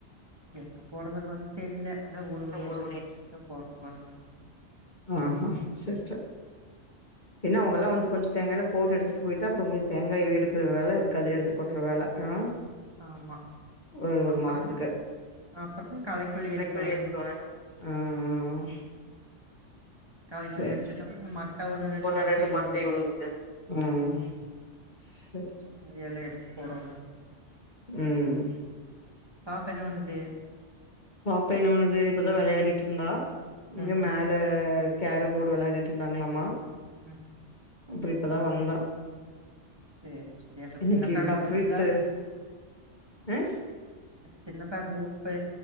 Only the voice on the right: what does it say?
எப்ப போட வருவாங்கன்னு தெரியல அதா ஒருமணியாச்சா
முடிச்சிட்டுதா போறதுக்கு கொறன்னா
ஆமா
அப்புறமா
அப்புறமா களைக்கொல்லி
அடிக்கோணு
களைக்கொல்லி
அடிச்சுட்டு
அப்புறோ இந்த மட்ட
உழுகுது
அதை எல்லா எடுத்து போடனு
பாப்பா என்ன பண்ணுது
ம்
ம்
சேரி சேரி அப்ப
சின்ன பேர
கூப்ட்டுதா
தின்னுப்பாருங்க உப்பு